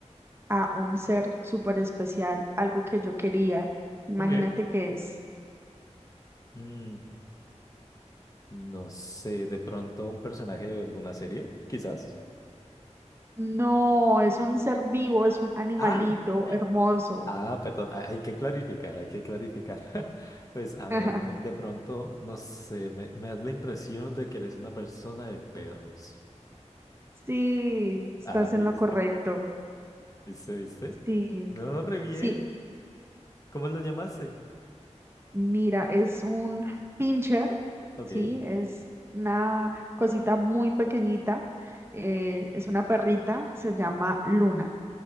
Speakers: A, on the right (about 20°); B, on the left (about 30°).
A: a un ser súper especial, algo que yo quería. Imagínate
B: Ok.
A: qué es.
B: Mm, no sé, de pronto un personaje de alguna serie, quizás.
A: No, es un ser vivo, es un animalito
B: Ah,
A: hermoso.
B: ah, perdón, ah, hay que clarificar, hay que clarificar. <laughs> Pues a ver,
A: <laughs>
B: eh, de pronto, no sé, me, me das la impresión de que eres una persona de perros.
A: Sí, estás
B: Ah, ¿viste?
A: en lo correcto.
B: ¿Viste, viste?
A: Sí,
B: No, re bien.
A: sí,
B: ¿Cómo lo llamaste?
A: Mira, es un pincher,
B: Ok.
A: ¿sí? Es una cosita muy pequeñita. eh, es una perrita, se llama Luna.